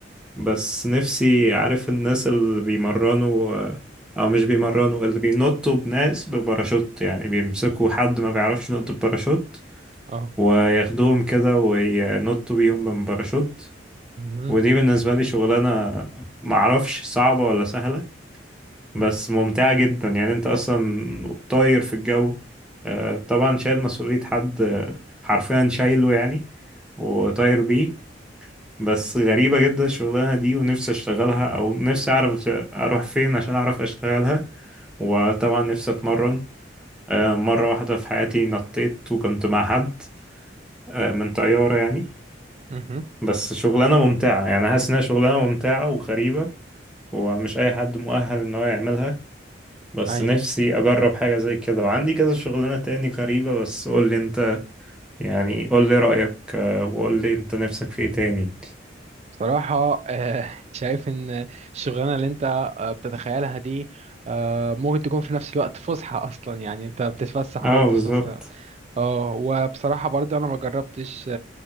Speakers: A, in the centre; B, on the right.
A: بس نفسي عارف الناس اللي بيمرنوا آه، او مش بيمرنوا اللي بينطوا بناس بباراشوت يعني بيمسكوا حد ما بيعرفش ينط بباراشوت
B: اه
A: وياخدوهم كده وينطوا بيهم من باراشوت
B: مهم.
A: ودي بالنسبة لي شغلانة معرفش صعبة ولا سهلة بس
B: مم.
A: ممتعة جدا يعني انت اصلا طاير في الجو آه، طبعا شايل مسؤولية حد آه، حرفيا شايله يعني وطاير بيه بس غريبة جدا الشغلانة دي ونفسي اشتغلها او نفسي اعرف ش- اروح فين عشان اعرف اشتغلها وطبعا نفسي اتمرن آه، مرة واحدة في حياتي نطيت وكنت مع حد آه، من طيارة يعني
B: مهم.
A: بس شغلانة ممتعة يعني حاسس انها شغلانة ممتعة وغريبة ومش اي حد مؤهل ان هو يعملها بس
B: ايوه
A: نفسي اجرب حاجة زي كده وعندي كذا شغلانة تاني غريبة بس قول لي انت يعني قول لي رأيك آه، وقول لي انت نفسك في ايه تاني
B: صراحة آه، <laughs> شايف ان الشغلانة اللي انت آه، بتتخيلها دي آه، ممكن تكون في نفس الوقت فسحة اصلا يعني انت بتتفسح
A: اه
B: برضه
A: بالظبط
B: في نفس الوقت اه وبصراحة برضه انا ما جربتش